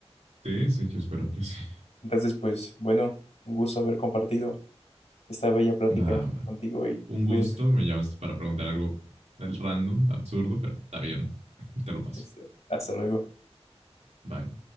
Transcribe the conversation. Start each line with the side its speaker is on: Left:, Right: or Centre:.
Right: Sí, sí, yo espero que sí.
Left: Entonces, pues bueno, un gusto haber compartido esta bella plática
Right: Va, va.
Left: contigo y
Right: Un gusto,
Left: cuídate.
Right: me llamas para preguntar algo random, absurdo, pero está bien. Te lo paso.
Left: Este, hasta luego.
Right: Bye.